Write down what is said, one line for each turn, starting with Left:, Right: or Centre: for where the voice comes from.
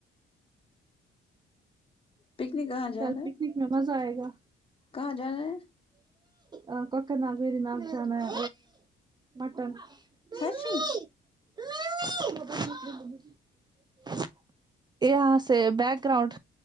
Left: پکنک کہاں جانا
Right: کل
Left: ہے
Right: پکنک میں مزہ آئے گا
Left: کہاں جانا ہے
Right: ا کا اک نام پیر نام چانا ہے مٹن <unintelligible>
Left: سچی
Right: یہاں سے بیک گراؤنڈ